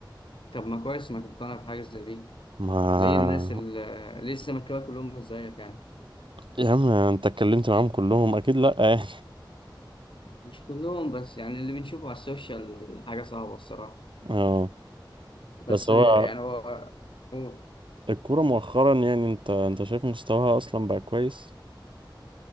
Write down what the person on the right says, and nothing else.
ما
يا عم انت اتكلمت معاهم كلهم اكيد لا يعني
<laughs> اه
بس هو
الكورة مؤخرا يعني انت انت شايف مستواها اصلا بقى كويس